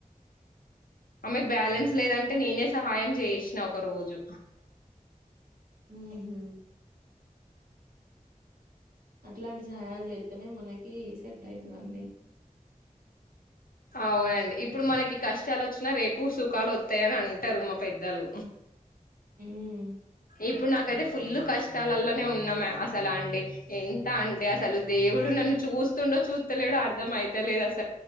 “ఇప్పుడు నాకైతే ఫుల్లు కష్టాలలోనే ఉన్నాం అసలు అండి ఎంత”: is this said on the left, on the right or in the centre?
Left